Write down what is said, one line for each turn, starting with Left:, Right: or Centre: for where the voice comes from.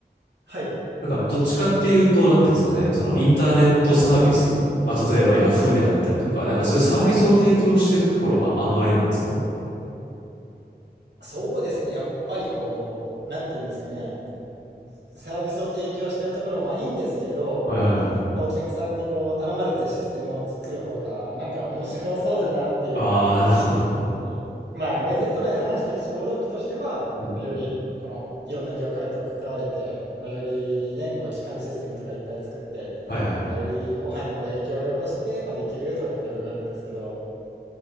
Right: はい。
Left: なんか、どっちかっていうと、なんていうんですかね、その、インターネットサービス、まあ、例えば Yahoo であったりとか、なんかそういうサービスを提供してるところはあんまりなんですかは
Right: そうですね。やっぱりこう、なんて言うんですかね。サービスを提供してるところもまあいいんですけど、
Left: いはいはい。
Right: お客さんにこう頼まれてシステムを作る方がなんか面白そうだなっていう。
Left: ああ、なるほど。
Right: うんまあ面接とかで話してる志望動機としては、
Left: うんうん
Right: まあよりこのいろんな業界と関われて、まあ、よりね、こう基幹システムとかいっぱい作って、
Left: はいはい。
Right: まあ、より後輩にこう影響を及ぼして、まあ、できるとかっていうのがあるんですけど、